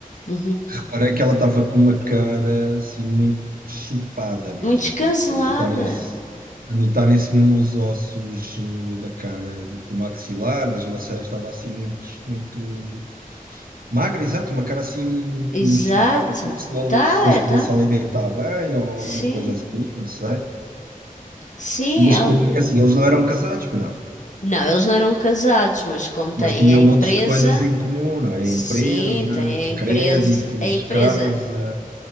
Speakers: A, on the left; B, on the right.
A: uhum.
B: Reparei que ela estava com uma cara assim muito chupada mesmo,
A: Muito descancelada.
B: tá? a ver? A notarem-se a notarem-se mesmo os ossos eh, da cara, tipo, do maxilar, das maçãs, estava assim muito, muito Magra, exato, uma cara assim
A: Exato.
B: chupada, como se não,
A: Tá,
B: se não se
A: é, tá.
B: tivesse a alimentar bem ou
A: Sim.
B: alguma coisa assim, não sei.
A: Sim,
B: E, mas
A: ela.
B: eh, assim, eles não eram casados, pois não.
A: Não, eles não eram casados, mas como têm
B: Mas tinham
A: a empresa,
B: montes de coisas em comum, não é?
A: sim,
B: Empresa,
A: tem a empresa,
B: créditos,
A: a empresa,
B: casa.